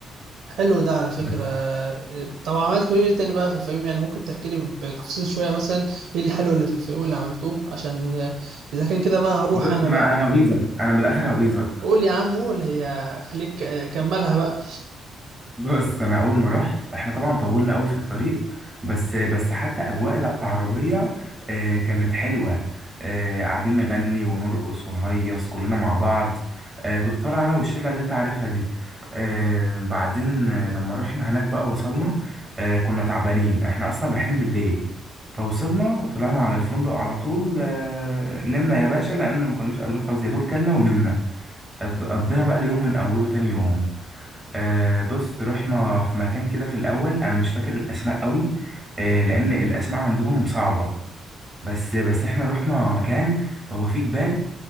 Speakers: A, on the right; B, on the right.
A: حلو ده على فكرة
B: بس
A: طب عملتوا ايه تاني بقى في الفيوم يعني ممكن تحكي لي بتفصيل شوية مثلا ايه الحلو اللي في الفيوم اللي عملتوه عشان اذا كان كده بقى هروح
B: بص
A: انا
B: انا
A: بقى
B: انا هغيظك انا من الاخر هغيظك
A: قول يا عمو اللي هي خليك كملها بقى
B: بص انا اول ما رحت احنا طبعا طولنا قوي في الطريق بس بس حتى اجواء العربيه آه، كانت حلوه آه، قاعدين نغني ونرقص ونهيص كلنا مع بعض آه، كنت طالع انا والشله اللي انت عارفها دي آه، بعدين آه، لما رحنا هناك بقى وصلنا آه، كنا تعبانين احنا اصلا رايحين بالليل فوصلنا طلعنا على الفندق على طول آه، نمنا يا باشا لانه ما كناش قادرين خالص يا دوب كلنا ونمنا قض- قضينا بقى اليوم من اوله تاني يوم آه بص رحنا في مكان كده في الاول انا مش فاكر الاسماء قوي آه لان الاسماء عندهم صعبه بس بس احنا رحنا مكان هو فيه جبال